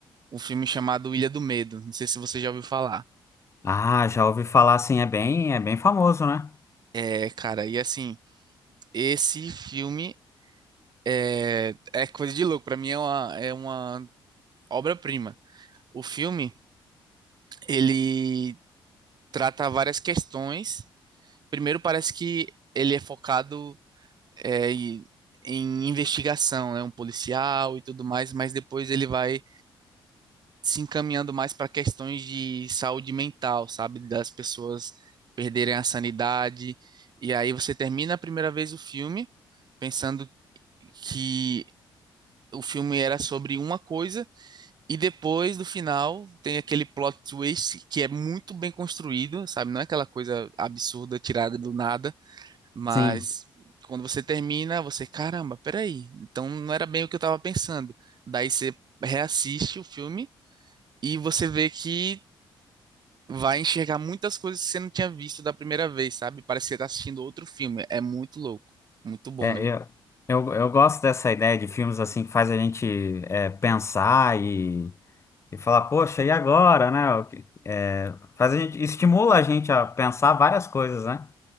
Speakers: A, on the right; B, on the left.
A: um filme chamado Ilha do Medo. Não sei se você já ouviu falar.
B: Ah, já ouvi falar, sim, é bem, é bem famoso, né?
A: É, cara, e assim, esse filme é, é coisa de louco, pra mim é uma, é uma obra-prima. O filme, ele trata várias questões Primeiro, parece que ele é focado é, em em investigação, né? Um policial e tudo mais, mas depois ele vai se encaminhando mais para questões de saúde mental, sabe? Das pessoas perderem a sanidade. E aí você termina a primeira vez o filme pensando que o filme era sobre uma coisa, e depois do final tem aquele plot twist que é muito bem construído, sabe? Não é aquela coisa absurda tirada do nada Mas
B: Sim,
A: quando você termina, você, caramba, peraí. Então não era bem o que eu tava pensando. Daí você reassiste o filme e você vê que vai enxergar muitas coisas que você não tinha visto da primeira vez, sabe? Parece que você tá assistindo outro filme. É muito louco. Muito bom
B: é,
A: mesmo.
B: eu, eu, eu gosto dessa ideia de filmes assim que faz a gente é, pensar e, e falar, poxa, e agora, né? O que- é, faz a gente, estimula a gente a pensar várias coisas, né?